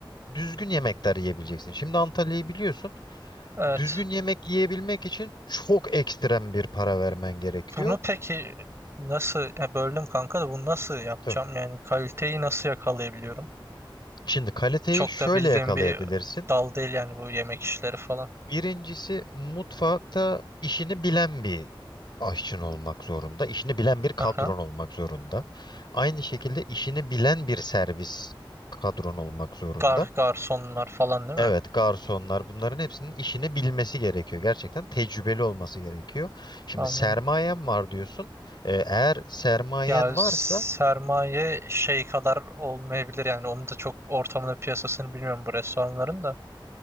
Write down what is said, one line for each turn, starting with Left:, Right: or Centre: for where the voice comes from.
Left: düzgün yemekler yiyebileceksin. Şimdi Antalya'yı biliyorsun.
Right: Evet.
Left: Düzgün yemek yiyebilmek için çok ekstrem bir para vermen gerekiyor.
Right: Bunu peki nasıl ya böldüm kanka da bunu nasıl yapacağım?
Left: Tabii.
Right: Yani kaliteyi nasıl yakalayabiliyorum?
Left: Şimdi kaliteyi
Right: Çok
Left: şöyle
Right: da bildiğim
Left: yakalayabilirsin.
Right: bir dal değil yani bu yemek işleri falan.
Left: Birincisi mutfakta işini bilen bir aşçın olmak zorunda. işini bilen bir kadron
Right: Aha.
Left: olmak zorunda. Aynı şekilde işini bilen bir servis kadron olmak zorunda.
Right: Gar garsonlar falan değil
Left: Evet,
Right: mi?
Left: garsonlar bunların hepsinin işini bilmesi gerekiyor. Gerçekten tecrübeli olması gerekiyor. Şimdi
Right: Anladım.
Left: sermayen var diyorsun. Ee, eğer sermayen
Right: Ya sermaye
Left: varsa
Right: şey kadar olmayabilir yani onu da çok ortamını piyasasını bilmiyorum bu restoranların da.